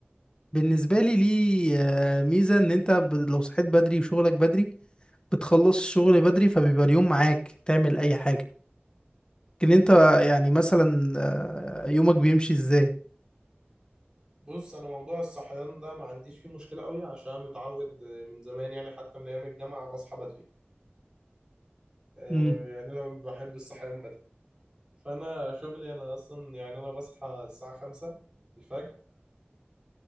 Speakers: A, on the left; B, on the right.
A: بالنسبة لي ليه آه، ميزة ان انت ب- لو صحيت بدري وشغلك بدري بتخلص الشغل بدري فبيبقى اليوم معاك تعمل اي حاجة لكن انت يعني مثلا آه، يومك بيمشي ازاي
B: بص انا موضوع الصحيان ده ما عنديش فيه مشكله قوي عشان متعود من زمان يعني حتى من ايام الجامعه بصحى بدري آه،
A: مم.
B: يعني انا بحب الصحيان بدري فانا شغلي انا اصلا يعني انا بصحى الساعه 5 الفجر